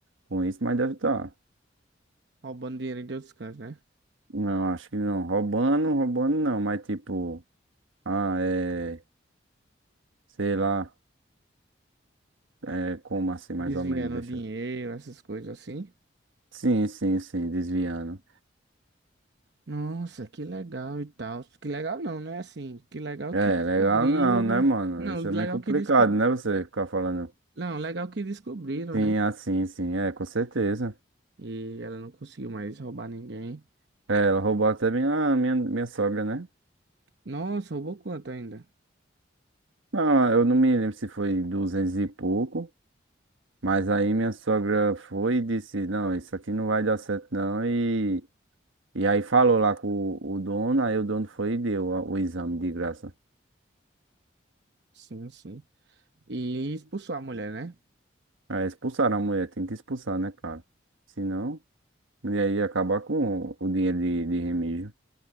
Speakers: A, on the right; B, on the right.
A: com isso, mas deve estar. Tá.
B: roubando dinheiro de outros cantos, né?
A: Não, acho que não. Roubando, roubando não, mas tipo. Ah, é. Sei lá, é, como assim, mais
B: Desviando
A: ou menos, deixa
B: dinheiro,
A: eu...
B: essas coisas assim.
A: Sim, sim, sim, desviando.
B: Nossa, que legal e tal. Que legal não, né? Assim, que legal
A: É,
B: que descobriram.
A: legal não, né, mano?
B: Não,
A: Isso
B: legal
A: é meio complicado,
B: que desco...
A: né, você ficar falando.
B: Não, legal que descobriram,
A: Sim,
B: né?
A: assim, sim, é, com certeza.
B: E ela não conseguiu mais roubar ninguém.
A: É, ela roubou até minha, minha, minha sogra, né?
B: Nossa, roubou quanto ainda?
A: Não, eu não me lembro se foi 200 e pouco, mas aí minha sogra foi e disse, não, isso aqui não vai dar certo não, e... E aí falou lá com o, o dono, aí o dono foi e deu a- o exame de graça.
B: Sim, sim. E expulsou a mulher, né?
A: É, expulsaram a mulher, tem que expulsar, né, cara? Se não... E aí acabar com o dinheiro de, de remígio.